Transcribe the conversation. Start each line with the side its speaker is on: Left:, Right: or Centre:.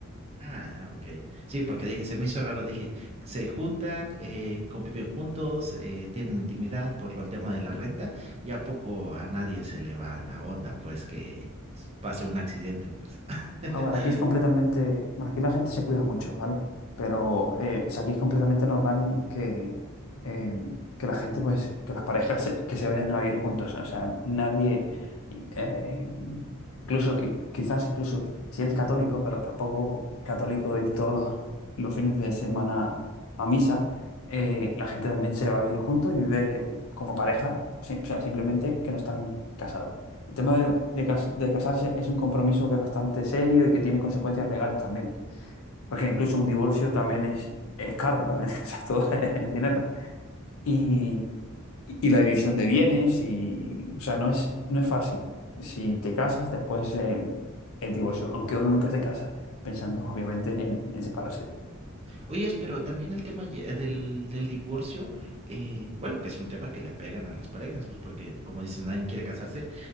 Right: Ah, ah, ok. Sí, porque
Left: Aquí.
Right: dije, se me hizo raro, dije, se juntan, eh, conviven juntos, eh, tienen intimidad por lo, el tema de la renta, y a poco a nadie se le va la onda, pues que pase un accidente, pues. <laughs>
Left: A ver, aquí es completamente, bueno, aquí la gente se cuida mucho, ¿vale? Pero eh, o sea, aquí es completamente normal que, eh, que la gente, pues, que las parejas se- que se vayan a vivir juntos. O sea, nadie, eh, incluso, qui- quizás incluso si eres católico, pero tampoco católico de ir todos los, los fines de semana a misa, eh, la gente también se va a vivir juntos y vive como pareja, si- o sea, simplemente que no están casados. El tema de, de cas- de casarse es un compromiso que es bastante serio y que tiene consecuencias legales también, porque incluso un divorcio también es, es caro, también, <laughs> o sea, todo es dinero. Y, y la división de bienes, y, o sea, no es, no es fácil. Si te casas, después el, el divorcio, aunque uno nunca se casa pensando obviamente en, en separarse.
Right: Oye, pero también el tema ye- del, del divorcio, eh, bueno, que es un tema que le pegan a las parejas, pues porque como dices, nadie quiere casarse,